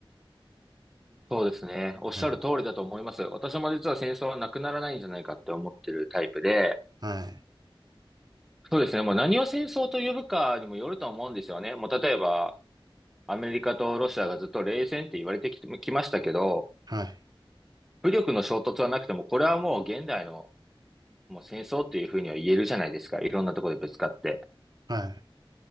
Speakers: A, in the centre; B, on the right.
A: そうですね。おっしゃる通りだと思います。
B: はい。
A: 私も実は戦争はなくならないんじゃないかって思ってるタイプで、
B: はい。
A: そうですね。もう何を戦争と呼ぶかにもよると思うんですよね。もう例えば、アメリカとロシアがずっと冷戦って言われてきて、きましたけど、
B: はい。
A: 武力の衝突はなくても、これはもう現代のもう戦争っていうふうには言えるじゃないですか。いろんなところでぶつかって。
B: はい。